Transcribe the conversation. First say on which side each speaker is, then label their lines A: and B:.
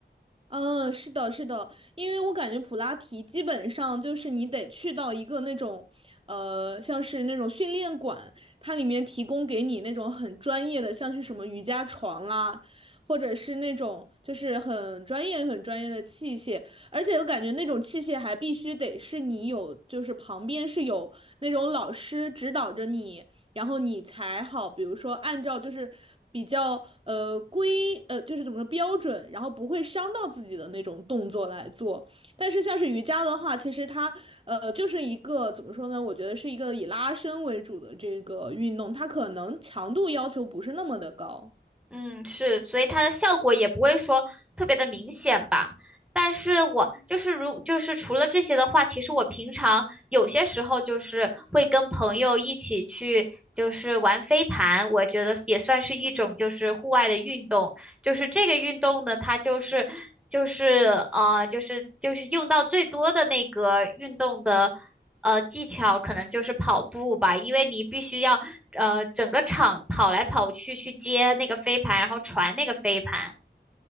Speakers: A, on the right; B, in the centre.
A: 嗯，是的，是的，因为我感觉普拉提基本上就是你得去到一个那种，呃，像是那种训练馆，它里面提供给你那种很专业的，像是什么瑜伽床啦，或者是那种就是很专业、很专业的器械，而且我感觉那种器械还必须得是你有，就是旁边是有那种老师指导着你，然后你才好，比如说按照就是比较呃规呃就是怎么说标准，然后不会伤到自己的那种动作来做。但是像是瑜伽的话，其实它呃就是一个怎么说呢？我觉得是一个以拉伸为主的这个运动，它可能强度要求不是那么的高。
B: 嗯，是，所以它的效果也不会说特别的明显吧。但是我就是如就是除了这些的话，其实我平常有些时候就是会跟朋友一起去就是玩飞盘，我觉得也算是一种就是户外的运动。就是这个运动呢，它就是就是呃就是就是用到最多的那个运动的。呃技巧可能就是跑步吧，因为你必须要呃整个场跑来跑去去接那个飞盘，然后传那个飞盘。